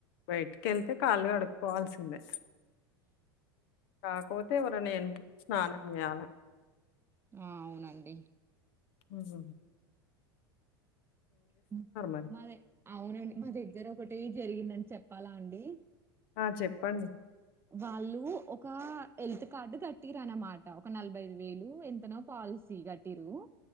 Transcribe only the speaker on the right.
ఆ అవునండి
హు
మాదే అవునండి మా దగ్గర ఒకటే జరిగిందని చెప్పాలా అండి
వాళ్ళు ఒక హెల్త్ కార్డు కట్టిరు అనమాట ఒక నలభై ఐదు వేలు ఎంతనో పాలసీ కట్టిరు